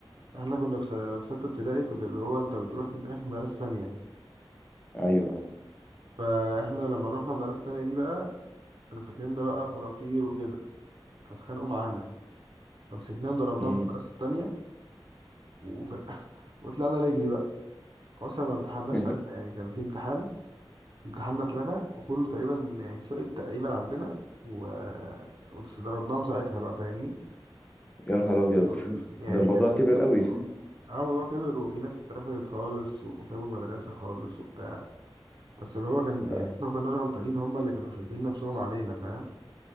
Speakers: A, on the right; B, on the left.
A: احنا كنا في س- في ستة ابتدائي كنت اللي هو انت بتروح تمتحن في مدرسة ثانية
B: ايوه
A: فاحنا لما روحنا المدرسة الثانية دي بقى كانوا فاكريننا بقى فرافير وكده فاتخانقوا معانا فمسكناهم ضربناهم
B: امم
A: في المدرسة التانية وفي الآخر <laughs> وطلعنا نجري بقى أصلا ما امتحناش
B: <laughs>
A: ساعتها يعني كان في امتحان امتحاننا اتلغى وكله تقريبا يعني سقط تقريبا عندنا و... بس ضربناهم ساعتها بقى فاهمني
B: يا
A: بس
B: نهار ابيض
A: كان-
B: <laughs>
A: يعني
B: ده الموضوع
A: كان
B: كبر
A: يوم
B: قوي
A: اه الموضوع كبر وفي ناس اترفضت خالص وسابوا المدرسة خالص وبتاع بس اللي هو
B: <laughs>
A: كان
B: لا
A: يعني احنا ما كناش غلطانين هما اللي كانوا شايفين نفسهم علينا فاهم